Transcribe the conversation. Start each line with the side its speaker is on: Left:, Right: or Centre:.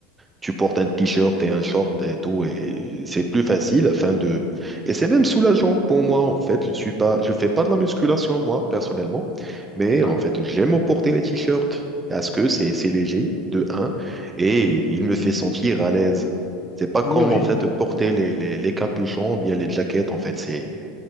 Right: Tu portes un t-shirt et un short et tout, et c'est plus facile afin de... Et c'est même soulageant pour moi, en fait. Je suis pas, je fais pas de la musculation, moi, personnellement, mais
Left: Ah,
Right: en fait, j'aime porter les t-shirts parce que c'est c'est léger, de un, et il me fait sentir à l'aise. C'est pas
Left: Oui,
Right: comme,
Left: oui,
Right: en fait, porter les, les, les capuchons ou bien les jaquettes, en fait. C'est,